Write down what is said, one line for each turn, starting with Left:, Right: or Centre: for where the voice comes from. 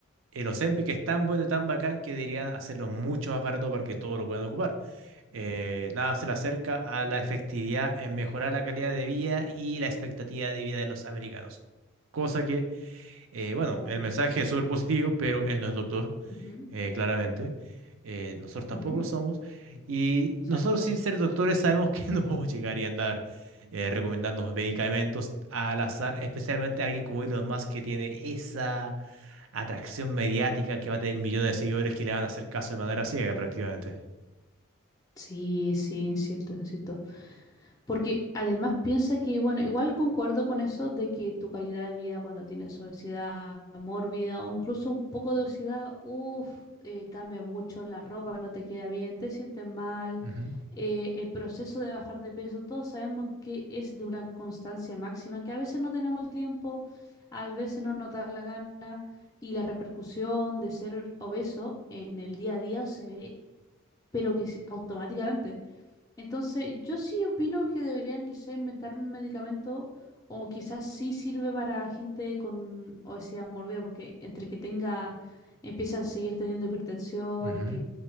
Right: El Ozempic es tan bueno y tan bacán que deberían hacerlo mucho más barato para que todos lo puedan ocupar. Eh, nada se le acerca a la efectividad en mejorar la calidad de vida y la expectativa de vida de los americanos. Cosa que, eh, bueno,
Left: Uh,
Right: el mensaje es súper positivo, pero él no es doctor,
Left: Ujú,
Right: eh, claramente. Eh, nosotros tampoco
Left: ujú,
Right: lo somos. Y
Left: Exacto.
Right: nosotros sin ser doctores sabemos que <laughs> no podemos llegar y andar eh, recomendando medicamentos al azar, especialmente a alguien como Elon Musk que tiene esa atracción mediática que va a tener millones de seguidores que le van a hacer caso de manera ciega prácticamente.
Left: Sí, sí, insisto, insisto. Porque además piensa que, bueno, igual concuerdo con eso de que tu calidad de vida cuando tienes obesidad mórbida o incluso un poco de obesidad, uff, cambia mucho, la ropa no te queda bien, te sientes mal,
Right: Ujú,
Left: eh, el proceso de bajar de peso, todos sabemos que es de una constancia máxima, que a veces no tenemos el tiempo, a veces no nos da la gana y la repercusión de ser obeso en el día a día se ve, pero que es automáticamente. Entonces, yo sí opino que deberían quizá inventar un medicamento o quizás sí sirve para gente con obesidad mórbida porque entre que tenga, empieza a seguir teniendo hipertensión,
Right: ujú.
Left: y que